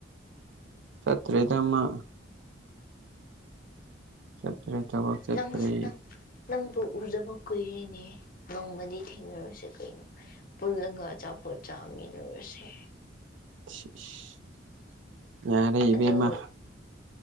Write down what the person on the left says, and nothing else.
ꯅꯪꯒ ꯁꯨꯅꯪ ꯅꯪꯕꯨ ꯎꯗꯕ ꯀꯨꯏꯔꯦꯅꯦ ꯅꯣꯡꯃꯗꯤ ꯊꯦꯡꯅꯔꯁꯤ ꯀꯩꯅꯣ ꯄꯨꯜꯂꯒꯥ ꯑꯆꯥꯄꯣꯠ ꯆꯥꯃꯤꯟꯅꯔꯨꯁꯦ
ꯑꯗꯨ